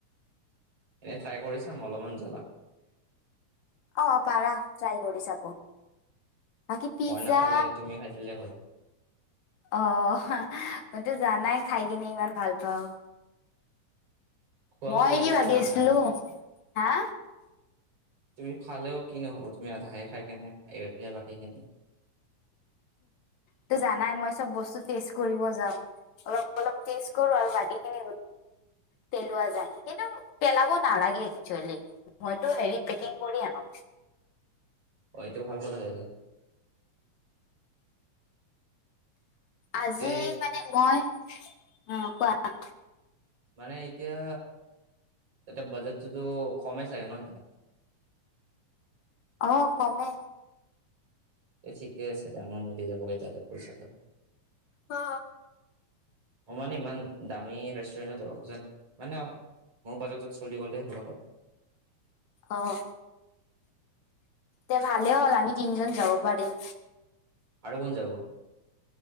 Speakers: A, on the right; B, on the left.
A: এনেই ট্ৰাই কৰি চাম অলপমান জ্বলা।
B: অ পাৰা ট্ৰাই কৰি চাব বাকী পিজ্জা
A: মই নাখালে তুমি খাই দিলে হল।
B: অ মইতো জানাই খাই কিনে ইমান ভাল পাওঁ।
A: <unintelligible>
B: মই
A: যিহেতু
B: কি ভাবি
A: তুমি আধা
B: আছিলো। হা?
A: তুমি খালেও কি নহ'ব তুমি ৰাধাইে খাই কেনে বাকীখিনি।
B: তটো জানাই মই চব বস্তু টেষ্ট কৰিব যাওঁ অলপ অলপ টেষ্ট কৰো আৰু বাকীখিনি পেলোৱা যায় কিন্তু পেলাব নালাগে একচুৱেলি। মইতো হেৰি পেকিং কৰি আনো।
A: অ এইটো ভাল কথা থলে
B: আজি
A: তে
B: মানে মই অ কোৱা?
A: মানে এতিয়া। এতিয়া বাজেটটোতো কমেই চাগে ন এতিয়া।
B: অঁ, কমে।
A: এই ঠিকে আছে তে মৰ মিলি যাব এই তে পইচাটো।
B: অ।
A: অ মানে ইমান দামী ৰেষ্টুৰেণ্টত দাব খোজা নাই মানে মোৰ বাজেটত চলি'লে হ'ব আৰু
B: অঁ। দে ভালে হ'ল আমি তিনিজন যাব পাৰিম।
A: আৰু কোন যাব?